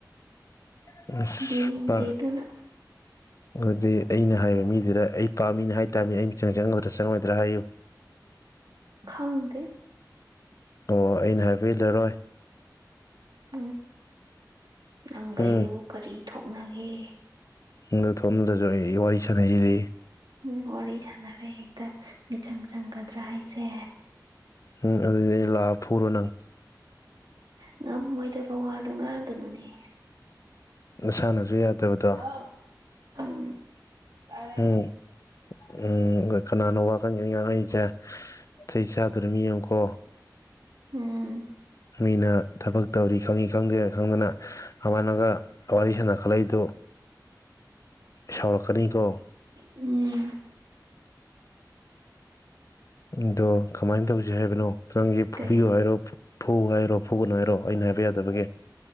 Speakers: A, on the left (about 50°); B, on the right (about 80°).
A: ꯄꯨꯁꯄ
B: ꯑꯣꯏꯗꯦ ꯌꯦꯡꯗꯦ ꯑꯗꯨꯅ
A: ꯑꯗꯨꯗꯤ ꯑꯩꯅ ꯍꯥꯏꯔꯤꯕ ꯃꯤꯗꯨꯗ ꯑꯩ ꯄꯥꯝꯃꯤꯅꯤ ꯍꯥꯏꯇꯥꯥꯔꯃꯤꯅꯦ ꯑꯩ ꯃꯤꯆꯤꯟ ꯆꯪꯒꯗ꯭ꯔꯥ ꯆꯪꯉꯣꯏꯗ꯭ꯔꯥ ꯍꯥꯏꯌꯨ <unintelligible>
B: ꯈꯪꯗꯦ
A: ꯑꯣ ꯑꯩꯅ ꯍꯥꯏꯕꯤꯂꯔꯣꯏ
B: ꯎꯝ ꯅꯪꯒꯩꯒꯣ
A: ꯎꯝ
B: ꯀꯔꯤ ꯊꯣꯛꯅꯒꯦ
A: ꯗ ꯊꯕꯗꯁꯨ ꯑꯩ ꯋꯥꯔꯤ ꯁꯥꯟꯅꯩꯁꯤꯗꯤ
B: ꯎꯝ ꯋꯥꯔꯤ ꯁꯥꯟꯅꯔꯦ ꯍꯦꯛꯇ ꯃꯤꯆꯪ ꯆꯪꯒꯗ꯭ꯔꯥ ꯍꯥꯏꯁꯦ
A: ꯎꯝ ꯑꯗꯨꯗꯤ ꯑꯩ ꯂꯥꯛꯑ ꯐꯨꯔꯣ ꯅꯪ
B: ꯉꯥꯡ ꯃꯣꯏꯗ ꯕꯋꯥꯗꯣ ꯉꯥꯡꯒꯅꯨꯅꯦ
A: ꯁꯥꯟꯅꯁꯨ ꯌꯥꯗꯕꯗ
B: <unintelligible> ꯇꯥꯔꯦ
A: ꯎꯝ ꯎꯝ ꯀꯅꯥꯅꯣ ꯋꯥꯈꯜꯒꯤ ꯉꯥꯡꯅꯛꯁꯦ ꯆꯩꯩ ꯆꯥꯗꯨꯔꯃꯌꯨꯝ
B: ꯑ
A: ꯀ
B: ꯎꯝ
A: ꯃꯤꯅ ꯊꯕꯛ ꯇꯧꯔꯤ ꯈꯪꯉꯤ ꯈꯪꯗꯦ ꯈꯪꯗꯅ ꯑꯃꯅꯒ ꯋꯥꯔꯤ ꯁꯥꯟꯅꯈꯠꯂꯛꯏꯗꯨ ꯁꯥꯎꯔꯛꯀꯅꯤꯀꯣ
B: ꯎꯝ
A: ꯑꯗꯣ ꯀꯃꯥꯏꯅ ꯇꯧꯁꯤ ꯍꯥꯏꯕꯅꯣ ꯈꯤꯪꯁꯦ ꯐꯨꯕꯤꯌ
B: ꯀꯩ
A: ꯍꯥꯏꯔꯣ ꯐꯧ ꯍꯥꯏꯔꯣ ꯐꯨꯒꯨꯟ ꯍꯥꯏꯔꯣ ꯑꯩꯅ ꯍꯥꯏꯕ ꯌꯥꯗꯕꯒꯤꯦ